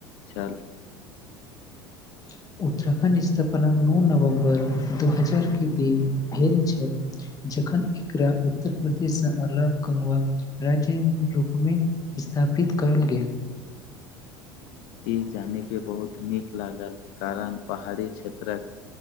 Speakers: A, on the left; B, on the left.
A: छल
B: <inaudible> उत्तराखण्ड स्थापना नौ नवम्बर दू हजारके दिन भेल छल ज जखन एकरा उत्तर प्रदेशसँ अलग कंगवा राज्य रूपमे स्थापित पित कयल गेल
A: ई जाने के बहुत नीक लागल कारण पहाड़ी क्षेत्रक